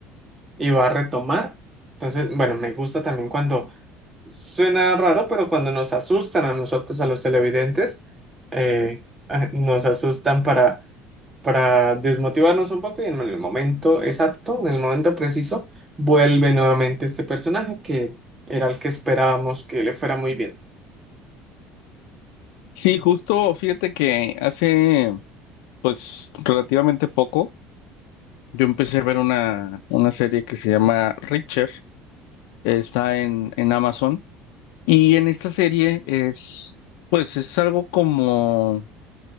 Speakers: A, on the right; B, on the left.
A: y va a retomar. Entonces, bueno, me gusta también cuando suena raro, pero cuando nos asustan a nosotros, a los televidentes, eh, <laughs> ah, nos asustan para, para desmotivarnos un poco y en el momento exacto, en el momento preciso, vuelve nuevamente este personaje que era el que esperábamos que le fuera muy bien.
B: Sí, justo, fíjate que hace pues relativamente poco yo empecé a ver una, una serie que se llama Reacher, está en, en Amazon y en esta serie es pues es algo como